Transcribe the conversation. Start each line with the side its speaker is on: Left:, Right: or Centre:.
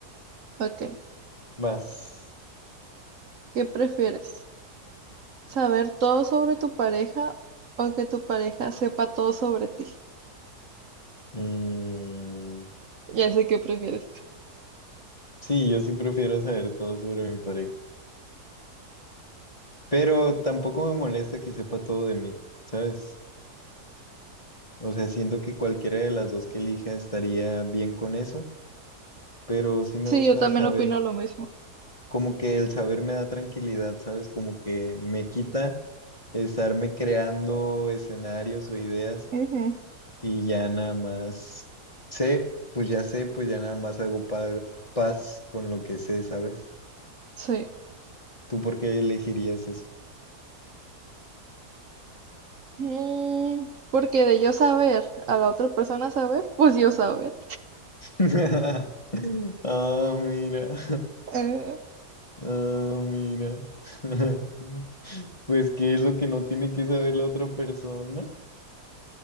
Right: Ok.
Left: Vas.
Right: ¿Qué prefieres, saber todo sobre tu pareja o que tu pareja sepa todo sobre ti?
Left: Mm,
Right: Ya sé qué prefieres.
Left: sí, yo sí prefiero saber todo sobre mi pareja. Pero tampoco me molesta que sepa todo de mí, ¿sabes? O sea, siento que cualquiera de las dos que elija estaría bien con eso, pero sí me
Right: Sí,
Left: gusta
Right: yo también
Left: saber.
Right: opino lo mismo.
Left: como que el saber me da tranquilidad, ¿sabes? Como que me quita estarme creando escenarios o ideas
Right: Ujú,
Left: y ya nada más sé, pues ya sé, pues ya nada más hago pa- paz con lo que sé, ¿sabes?
Right: Sí.
Left: ¿Tú por qué elegirías eso?
Right: Mm, porque de yo saber a la otra persona saber, pues yo saber.
Left: <laughs> Ah, mira.
Right: Eh,
Left: Ah, mira. <laughs> Pues, ¿qué es lo que no tiene que saber la otra persona?